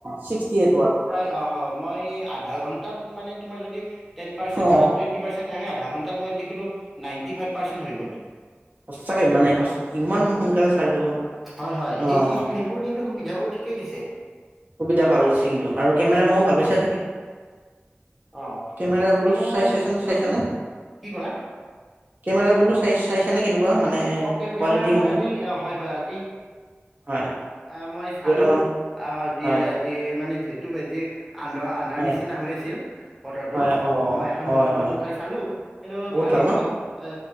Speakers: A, on the right; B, in the centre.
A: চিষ্টি এইথ ৱৰ্ড।
B: প্ৰয়াই অ হয় মই আধা ঘন্টা মানে তোমাৰ যদি তেনপাছেন
A: অ
B: বা টুইৱেনটি পাছেন তেন থাকে আধা ঘন্টা মই দেসিলো নাইটিফাইব পাৰছেন হয় গ'ল।
A: সঁচাকৈ ইমান মানে সঁচ ইমান
B: বহুত
A: সোনকালে চাৰ্জ দিব পাৰো,
B: হয় হয়
A: অ
B: সেই কি
A: হ
B: সেইবোৰ কিন্তু সুবিধাবোৰ ঠিকেই দিছে।
A: সুবিধা ভাল দিছে কিন্ত আৰু কেমেৰাসমূহ
B: হয় হয়
A: ভাল পাইছে চাগে।
B: অ।
A: কেমেৰা
B: তুমিও
A: বোলো চাই চাইছে
B: মান-
A: নে চাইছে
B: ল-
A: নে
B: কি ক'লা
A: কেমেৰা বোলো চাইছ চাইছা নে কেনেুৱা মানে
B: ওকে
A: কোৱালিটিসমূহ
B: কেমেৰাৰ মই আজি হয় হয় আজি
A: হয়
B: আহ মই চালো
A: দুই এটামান
B: অ দি
A: হয়
B: যি মানে যিহেতু বেজি আন্ধ আ
A: হয়
B: নিচিনা হৈ আছিল বতৰটো
A: হয় অ
B: মই এখন
A: হয়
B: দুখন
A: হয়
B: ফটো উঠাই চালো কিন্তু
A: বহুত
B: ভালেই
A: ভাল ন
B: মই এ